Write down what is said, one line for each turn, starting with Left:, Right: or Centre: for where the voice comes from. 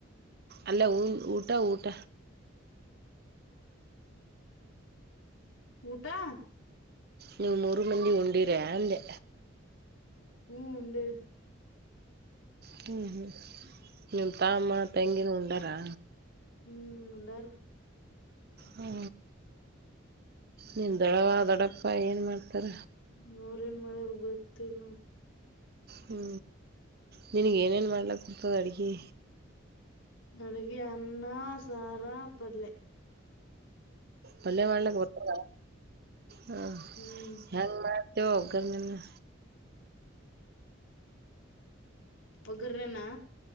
Right: ಅಲ್ಲೇ ಊ ಊಟ ಊಟ.
Left: ಊಟಾ.
Right: ನೀವು ಮೂರು ಮಂದಿ ಉಂಡಿರ್ಯ ಅಂದೆ.
Left: ಹೂ ಉಂಡೆ.
Right: ಹ್ಮ್ ಹ್ಮ್ ನಿಮ್ಮ ತಾಮ್ಮ ತೆಂಗಿನ ಉಂಡರಾ.
Left: ಹ್ಮ ಉಂಡಾರು.
Right: ಹ್ಮಾ ನಿಂದಡವ ದೊಡಪ್ಪ ಏನು ಮಾಡ್ತಾರ.
Left: ನೋರೇನ್ ಮಾಡರ್ ಗೊತ್ತಿಲ್ಲ.
Right: ಹ್ಮ ನಿನಗ ಏನೇನು ಮಾಡ್ಲಕ್ಕ ಬರ್ತದ ಅಡುಗಿ.
Left: ನನಗೆ ಅನ್ನಾ ಸಾರಾ ಪಲ್ಲೆ.
Right: ಪಲ್ಯ ಮಾಡ್ಲಿಕ್ಕೆ ಬರ್ತದ ಹಾ.
Left: ಹ್ಮ್
Right: ಹೊಂಗ್ ಮಾಡ್ತೇವ ಹೊಗ್ಗನಿನ್ನ.
Left: ಪಗರ ನನಾ.